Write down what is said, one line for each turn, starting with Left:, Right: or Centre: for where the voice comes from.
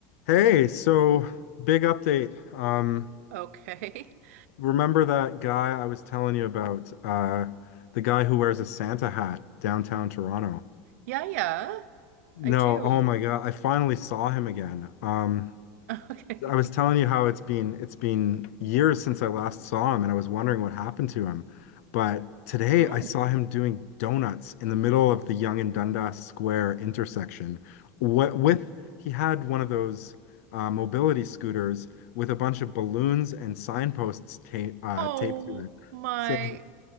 Left: Hey, so big update. Um,
Right: Okay. <laughs>
Left: remember that guy I was telling you about? Uh, the guy who wears a Santa hat downtown Toronto.
Right: Yeah, yeah,
Left: No,
Right: I do.
Left: oh my God, I finally saw him again. Um,
Right: <laughs> Okay.
Left: I was telling you how it's been it's been years since I last saw him and I was wondering what happened to him. But today
Right: Oh.
Left: I saw him doing donuts in the middle of the Yonge and Dundas Square intersection. What with he had one of those uh, mobility scooters with a bunch of balloons and signposts ta uh,
Right: Oh
Left: taped to it
Right: my
Left: saying,